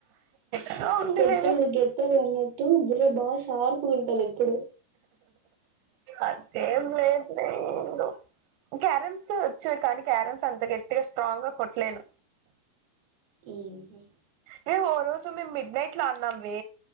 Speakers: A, on the right; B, on the right.
A: ఏదో ఉందిలేవే
B: పొట్టొళ్లు గెట్టోలు అన్నట్టూ బుర్ర బాగా షార్ప్గ ఉంటది ఎప్పుడు.
A: అట్లేం లేదు లే ఏందో క్యారమ్స్ వచ్చే కానీ క్యారమ్స్ అంత గట్టిగా స్ట్రాంగ్ గా కొట్ట్లేను.
B: ఏంది వే
A: మేమ్ ఓరోజు మేం మిడ్ నైట్ లో ఆడినాం వే